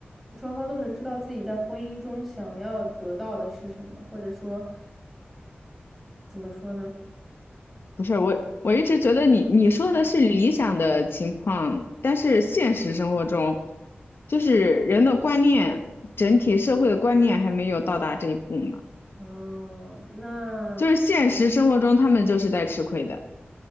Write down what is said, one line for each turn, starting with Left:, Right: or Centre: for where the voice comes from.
Centre: 双方都能知道自己在婚姻中想要得到的是什么，或者说怎么说呢？
Left: 不是，我我一直觉得你你说的是理想的情况，但是现实生活中，就是人的观念，整体社会的观念还没有到达这一步嘛。
Centre: 哦，那。
Left: 就是现实生活中，他们就是在吃亏的。